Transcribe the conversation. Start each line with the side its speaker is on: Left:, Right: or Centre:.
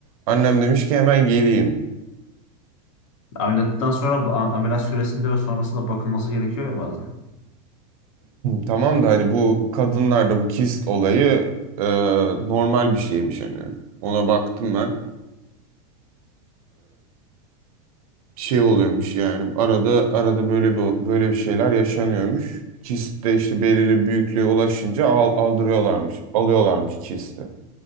Right: Annem demiş ki hemen geleyim.
Left: Ameliyattan sonra a- ameliyat süresinde ve sonrasında bakılması gerekiyor ya bazen.
Right: Tamam da hani bu kadınlarda bu kist olayı e, normal bir şeymiş hani. Ona baktım ben. şey oluyormuş yani arada arada böyle bir böyle bir şeyler yaşanıyormuş. Kist de işte belirli büyüklüğe ulaşınca al, aldırıyorlarmış, alıyorlarmış kisti.